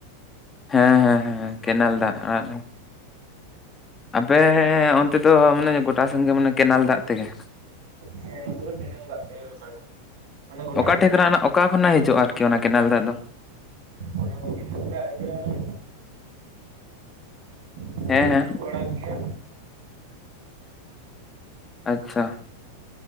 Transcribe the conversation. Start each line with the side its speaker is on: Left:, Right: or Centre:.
Left: ᱦᱮᱸ ᱦᱮᱸ ᱦᱮᱸ ᱠᱮᱱᱮᱞ ᱫᱟᱜ ᱟᱨ ᱟᱯᱮ ᱚᱱᱛᱮ ᱫᱚ ᱢᱟᱱᱮ ᱜᱚᱴᱟ ᱥᱮᱱ ᱜᱮ ᱢᱟᱱᱮ ᱠᱮᱱᱮᱞ ᱫᱟᱜ ᱛᱮᱜᱮ?
Right: ᱦᱮᱸ ᱱᱚᱛᱮ ᱫᱚ ᱠᱮᱱᱟᱜ ᱫᱟᱜ ᱛᱮ ᱜᱚᱴᱟᱜ ᱜᱮ ᱢᱟᱱᱮ ᱜᱚᱴᱟ
Left: ᱚᱠᱟ
Right: ᱜᱮ
Left: ᱴᱷᱮᱡ ᱠᱷᱚᱱᱟᱜ ᱚᱠᱟ ᱠᱷᱚᱱᱟᱜ ᱦᱤᱡᱩᱜᱼᱟ ᱟᱨᱠᱤ ᱚᱱᱟ ᱠᱮᱱᱮᱞ ᱫᱟᱜ ᱫᱚ?
Right: ᱚᱱᱟ ᱠᱮᱱᱟᱞ ᱫᱟᱜ ᱦᱤᱡᱩᱜ ᱟ ᱱᱟᱦᱟᱜ ᱚᱸᱰᱮ
Left: ᱦᱮᱸ
Right: ᱠᱷᱚᱱᱟᱜ
Left: ᱦᱮᱸ
Right: ᱠᱚ ᱟᱲᱟᱜ ᱜᱮᱭᱟ᱾
Left: ᱟᱪᱷᱟ